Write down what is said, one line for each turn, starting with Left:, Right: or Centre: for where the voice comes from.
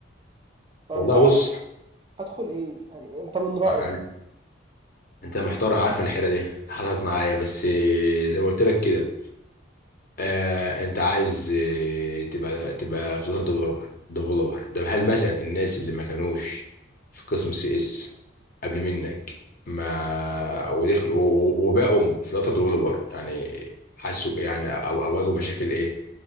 Right: فمش
Left: والله
Right: عارف
Left: بص
Right: ادخل ايه يعني انت من رايك
Left: يعني انت محتار عارف إن الحيره دي حصلت معايا بس زي ما قلت لك كده آه، انت عايز آه، تبقى تبقى فلاتر ديفلوبر ديفلوبر ده هل مثلا الناس اللي ما كانوش في قسم سي اس قبل منك ما ودخلوا و- وبقوا فلاتر ديفلوبر يعني حسوا بإيه يعني او او واجهوا مشاكل ايه